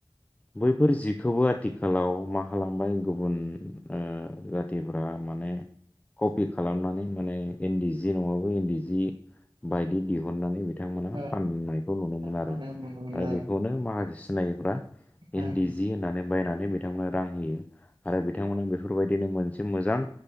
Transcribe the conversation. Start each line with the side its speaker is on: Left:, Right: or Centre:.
Left: बैफोर जिखौबो आथिखालाव मा खालामबाय गुबुन ओ जाथिफ्रा माने कपि खालामनानै माने इन्दि जि नङाबो इन्दि जि बायदि दिहुननानै बिथांमोना
Right: औ
Left: फाननायखौ नुनो मोनो
Right: फाननो
Left: आरो
Right: रोंबाय औ
Left: आरो बेखौनो मा <unintelligible> सिनायिफ्रा
Right: औ
Left: इन्दि जि होननानै बायनानै बिथांमोना रां होयो आरो बिथांमोना बेफोरबायदिनो मोनसे मोजां